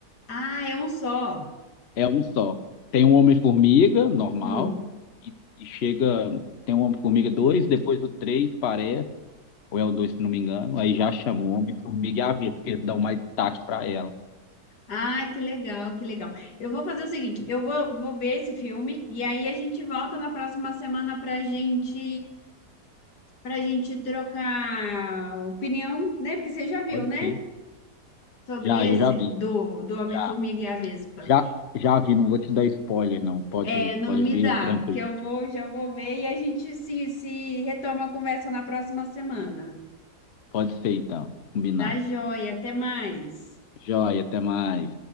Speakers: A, on the left; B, on the left.
A: Ah, é um só.
B: É um só. Tem um Homem-Formiga, normal,
A: Hum.
B: e, e chega. Tem um Homem-Formiga 2, depois o 3 parece, ou é o 2 se não me engano, aí já chamou o Homem-Formiga e a Vespa, porque eles dão mais destaque pra ela.
A: Ai, que legal, que legal. Eu vou fazer o seguinte, eu vou, vou ver esse filme e aí a gente volta na próxima semana para gente, para gente trocar opinião, né? Porque você já viu,
B: Pode
A: né?
B: ser.
A: sobre
B: Já,
A: esse
B: eu já vi.
A: do, do Homem-Formiga
B: Já,
A: e a Vespa.
B: já, já vi, não vou te dar spoiler, não. Pode,
A: É, não
B: pode
A: me
B: vir,
A: dá,
B: tranquilo.
A: porque eu vou, já vou ver e a gente se, se retoma a conversa na próxima semana.
B: Pode ser, então, combinado.
A: Tá joia, até mais.
B: Joia, até mais.